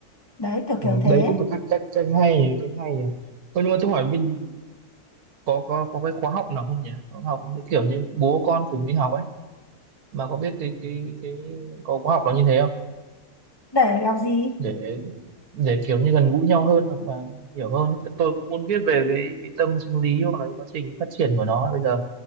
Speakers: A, on the left; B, on the right.
A: đấy kiểu
B: Ừ,
A: kiểu thế
B: đấy cũng là cách cách cách hay nhỉ, cách hay nhỉ. Ơ, nhưng mà tôi hỏi mình có có có cái khóa học nào không nhỉ? Khóa học như kiểu như bố con cùng đi học ấy mà có biết cái cái cái có khóa học nó như thế không?
A: để làm gì
B: Để để kiểu như gần gũi nhau hơn hoặc là hiểu hơn. ấy. Tôi cũng muốn biết về cái cái tâm sinh lý hoặc là quá trình phát triển của nó. ấy. Bây giờ